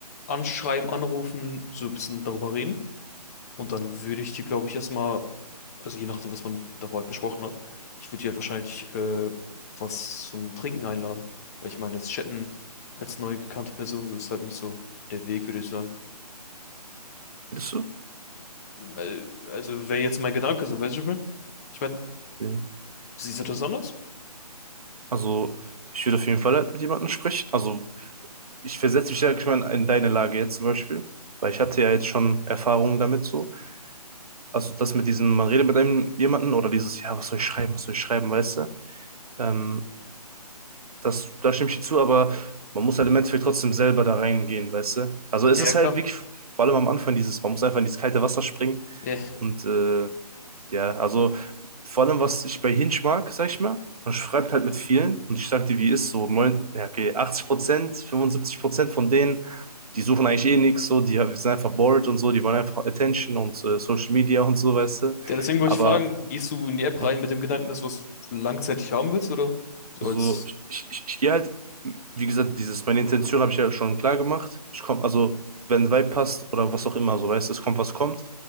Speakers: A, on the left; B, on the right.
A: anschreiben, anrufen, so ein bisschen darüber reden. Und dann würde ich die, glaube ich, erstmal, also je nachdem, was man da halt besprochen hat, ich würde die halt wahrscheinlich äh, was zum Trinken einladen. Weil ich meine, jetzt chatten als neu gekannte Person, so ist halt nicht so der Weg, würde ich sagen.
B: Findest du?
A: Weil- Also wäre jetzt mein Gedanke, so weißt du, was ich meine? Ich meine,
B: Ja.
A: siehst du das anders?
B: Also, ich würde auf jeden Fall halt mit jemandem sprechen. Also, ich versetze mich ja ich meine, in deine Lage jetzt zum Beispiel, weil ich hatte ja jetzt schon Erfahrungen damit so. also das mit diesem, man redet mit einem jemanden oder dieses, ja, was soll ich schreiben, was soll ich schreiben, weißt du? Ähm, das, da stimme ich dir zu, aber man muss halt im Endeffekt trotzdem selber da reingehen, weißt du? Also es
A: Ja,
B: ist
A: klar.
B: halt wirklich, vor allem am Anfang, dieses, man muss einfach in dieses kalte Wasser springen
A: Ja.
B: und äh, ja, also vor allem, was ich bei Hinge mag, sag ich mal, man schreibt halt mit vielen und ich sag dir, wie ist so, neun, ja, okay, 80 Prozent, 75 Prozent von denen, die suchen eigentlich eh nichts, so, die sind einfach bored und so, die wollen einfach Attention und äh, Social Media und so, weißt du.
A: Ja, deswegen wollte
B: Aber
A: ich fragen, gehst du in die App
B: ne,
A: rein mit dem Gedanken, dass du was langzeitig haben willst, oder? So
B: also,
A: als,
B: ich, ich, ich, ich gehe halt, wie gesagt, dieses, meine Intention habe ich ja schon klar gemacht. Ich komme, also, wenn ein Vibe passt oder was auch immer, so, weißt du, es kommt, was kommt.